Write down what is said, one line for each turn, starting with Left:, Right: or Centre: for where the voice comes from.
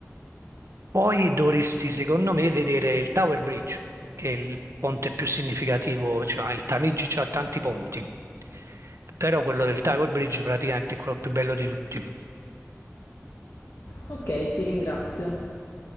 Right: Poi dovresti, secondo me, vedere il Tower Bridge, che è il ponte più significativo, cioè il Tamigi ha tanti ponti, però quello del Tower Bridge praticamente è quello più bello di tutti.
Left: Ok, ti ringrazio.